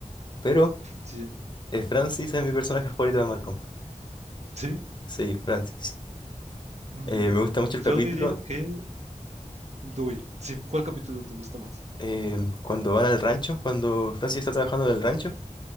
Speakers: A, on the left (about 35°); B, on the right (about 60°).
A: Pero
B: Sí.
A: eh, Francis es mi personaje favorito de Malcolm.
B: ¿Sí?
A: Sí, Francis.
B: Mm,
A: Eh, me gusta mucho el
B: yo
A: capítulo
B: diría que Dewey. Sí, ¿cuál capítulo te gusta más?
A: eh, cuando van al rancho, cuando Francis está trabajando en el rancho